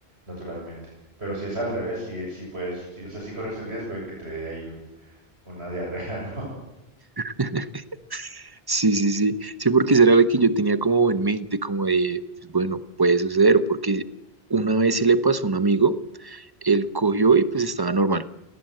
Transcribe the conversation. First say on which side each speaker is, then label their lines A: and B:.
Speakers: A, on the right; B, on the right.
A: naturalmente. Pero si es al revés, si, si puedes, sí, o sea, si corres el riesgo de que te dé ahí un, una diarrea, <laughs> ¿no?
B: <laughs> Sí, sí, sí. Sí, porque esa era la que yo tenía como en mente, como de, pues, bueno, puede suceder, porque una vez sí le pasó a un amigo, él cogió y pues estaba normal,